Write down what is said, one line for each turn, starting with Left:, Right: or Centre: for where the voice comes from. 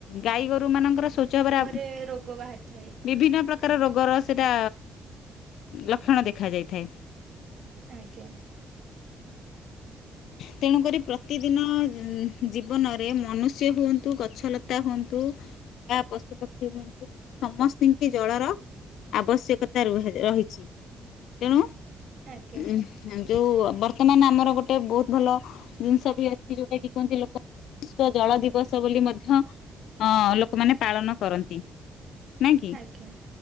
Left: ଗାଈ ଗୋରୁମାନଙ୍କର ଶୌଚ ହେବର
Right: ରେ ରୋଗ ବାହାରିଥାଏ।
Left: ବିଭିନ୍ନ ପ୍ରକାର ରୋଗର ସେଇଟା ଲକ୍ଷଣ ଦେଖାଯାଇଥାଏ।
Right: ଆଜ୍ଞା।
Left: ତେଣୁ କରି ପ୍ରତିଦିନ ଜୀବନରେ ମନୁଷ୍ୟ ହୁଅନ୍ତୁ ଗଛ ଲତା ହୁଅନ୍ତୁ ବା ପଶୁ ପକ୍ଷୀ ହୁଅନ୍ତୁ ସମସ୍ତିଙ୍କି ଜଳର ଆବଶ୍ୟକତା ରହିଛି, ତେଣୁ ଉଁ
Right: ଆଜ୍ଞା
Left: ଯୋଉ ବର୍ତ୍ତମାନ୍ ଆମର ଗୋ ଗୋଟେ ବହୁତ୍ ଭଲ ଜିନିଷ ବି ଅଛି ଯୋଉଟା କି କହନ୍ତି ଲୋକ ବିଶ୍ଵ ଜଳ ଦିବସ ବୋଲି ମଧ୍ୟ ଲୋକମାନେ ପାଳନ କରନ୍ତି। ନାଇଁ କି
Right: ଆଜ୍ଞା